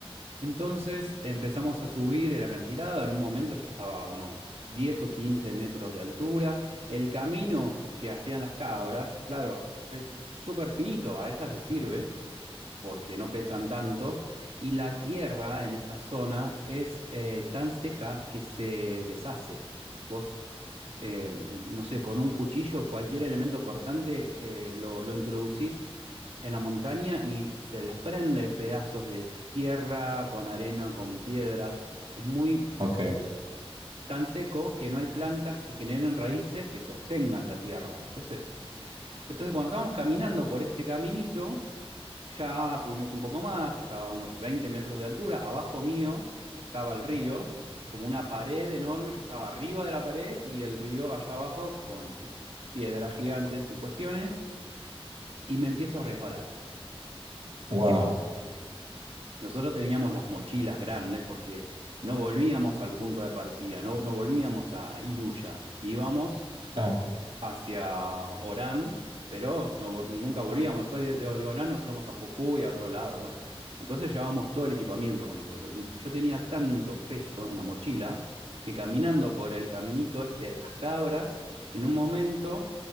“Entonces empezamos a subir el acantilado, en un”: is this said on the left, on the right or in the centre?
Right